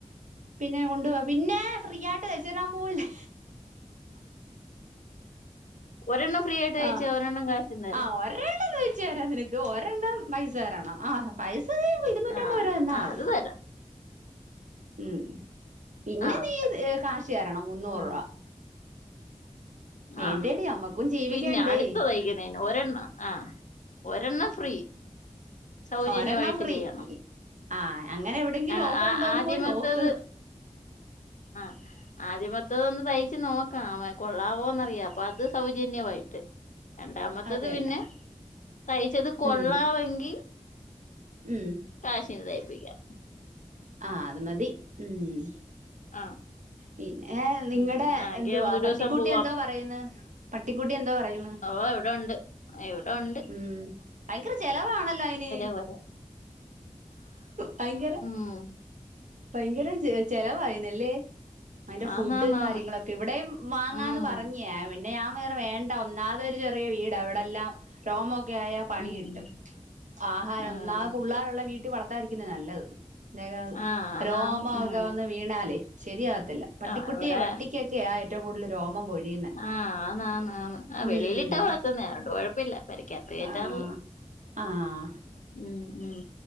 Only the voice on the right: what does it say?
പിന്നെ കൊണ്ടുവാ പിന്നേ ഫ്രീയായ്ട്ട് തയ്ച്ചെരാൻ പോവല്ലേ.
ആഹ്
ആഹ് ഒരെണ്ണം തയ്ച്ചെരാം നിനക്ക് ഒരെണ്ണം. പൈസ തരണം ആഹ് പൈസ ഇര്ന്നൂറ്റൻമ്പത്
രൂപ തന്നാ
മതി.
ഉം പിന്നെ
നീ എ കാശ് തരണം മുന്നൂറ്
രൂപ. വേണ്ടേടി
നമ്മക്കും ജീവിക്കണ്ടേ
ഒരെണ്ണം ഫ്രീ
ആ അങ്ങനെ എവിടെങ്കിലും
ഓഫർ
ഉണ്ടോന്ന്
പോയി നോക്ക്
അതന്നെ
ഉം ഉം.
ആഹ് അത് മതി ഉം.
പിന്നെ നിങ്ങടെ
എന്തുവാ
പട്ടിക്കുട്ടി
എന്തോ പറയുന്ന്. ട്ടിക്കുട്ട്യെന്താ പറയിണ്
ഉം ഭയ്ങ്കര ചെലവാണല്ലൊ അയ്ന്.
ഭയങ്കര
ഭയങ്കര ചെ ചെലവായ്നൽ ലേ അയ്ന്റെ ഫുഡ്
കാര്യങ്ങളൊക്കെ ഇവടേം വാങ്ങാന്ന്
പറഞ്ഞെയാ പിന്നെ ഞാൻ വേറെ വേ ണ്ടാ ഒന്നാതൊരു ചെറ്യേ വീടാ ഇവടെല്ലാം രോമൊക്കെ ആയാ പണി
കിട്ടും. ആഹാ
ഒന്നാമത് പുള്ളാരുള്ള വീട്ടി വളർത്താതിരിക്കുന്നാ നല്ലത് <unintelligible>
രോമവക്കെ
വന്ന്. വീണാലേ ശെരിയാകത്തില്ല. പട്ടിക്കുട്ട്യേ
പട്ടിക്കെക്കയാ ഏറ്റവും കൂട്തൽ രോമം പൊഴിയുന്നെ
ഉം
ആഹ് ആഹ്